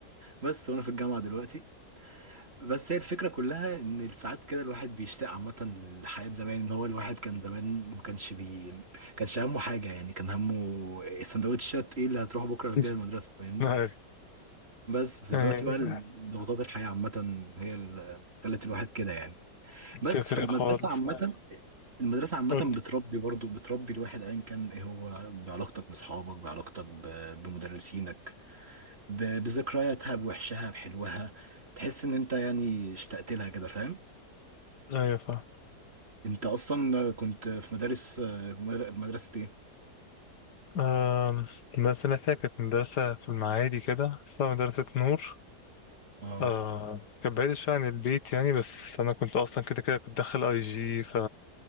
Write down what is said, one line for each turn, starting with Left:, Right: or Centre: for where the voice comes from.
Right: بس وانا في الجامعة دلوقتي بس هي الفكرة كلها إن ساعات كده الواحد بيشتاق عامة لحياة زمان إن هو الواحد كان زمان ما كانش بي كانش همه حاجة يعني كان همه السندوتشات إيه اللي هتروح بكرة
Left: <laughs>
Right: بيها المدرسة فاهمني
Left: أيوة
Right: بس في
Left: أيوة،
Right: الوقت بقى ضغوطات الحياة عامة هي اللي خلت الواحد كده يعني
Left: بتفرق
Right: بس فالمدرسة
Left: خالص
Right: عامة
Left: أيوة
Right: المدرسة عامة
Left: قول
Right: بتربي برضه بتربي الواحد أيا كان إيه هو بعلاقتك بأصحابك بعلاقتك ب- بمدرسينك ب- بذكرياتها بوحشها بحلوها تحس إن أنت يعني اشتقت لها كده فاهم
Left: لي أيوة فاهم
Right: انت اصلا كنت في مدارس مدر- مدرسة ايه؟
Left: أم، المدرسة اللي أنا فيها كانت مدرسة في المعادي كده اسمها مدرسة نور
Right: اه
Left: أه كانت بعيدة شوية عن البيت يعني بس أنا كنت أصلا كده كده كنت داخل أي جي ف